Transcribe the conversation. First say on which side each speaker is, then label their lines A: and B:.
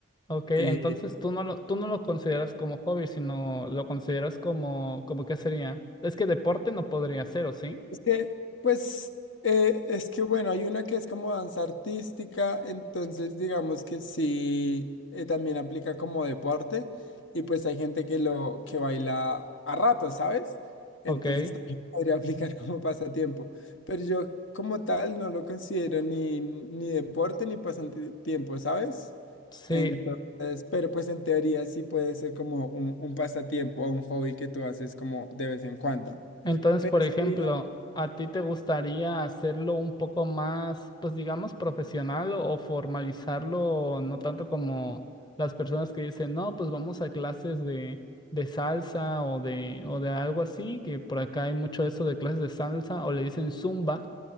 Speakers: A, on the left; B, on the left.
A: ok. Entonces
B: eh,
A: tú no lo, tú no lo consideras como hobby, sino lo consideras como, como qué sería. Es que deporte no podría ser, ¿o sí?
B: es que, pues, eh, es que bueno, hay una que es como danza artística, entonces digamos que sí, eh, también aplica como deporte y pues hay gente que lo que baila a rato, ¿sabes? Entonces
A: Ok.
B: también <laughs> podría aplicar como pasatiempo, pero yo como tal no lo considero ni, ni deporte ni pasatiempo, ¿sabes?
A: Sí,
B: Entonces, pero pues en teoría sí puede ser como un, un pasatiempo o un hobby que tú haces como de vez en cuando.
A: Entonces,
B: Pero
A: por ejemplo,
B: sí, <laughs>
A: ¿a ti te gustaría hacerlo un poco más, pues digamos, profesional o, o formalizarlo, no tanto como las personas que dicen, no, pues vamos a clases de, de salsa o de, o de algo así, que por acá hay mucho eso de clases de salsa, o le dicen zumba,